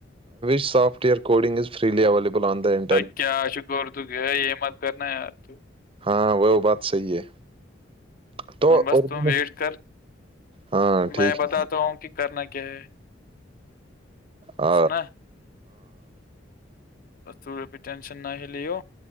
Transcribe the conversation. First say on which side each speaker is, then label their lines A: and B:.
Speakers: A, on the right; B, on the left.
A: software coding is freely available آ د ہے
B: تو کیا چ کرور توک ہے یہ مت کرناا یاد تو
A: ہاں وہ بات صحیح ہے تو
B: ہاں بس
A: اردو
B: تم ویٹ
A: میں
B: کر
A: ہاں ٹھیک
B: میں بتاتا
A: ہے
B: ہوں کہ کرنا کیا ہے
A: ہ
B: سنا بس روپی ٹینشن نہ ہی لو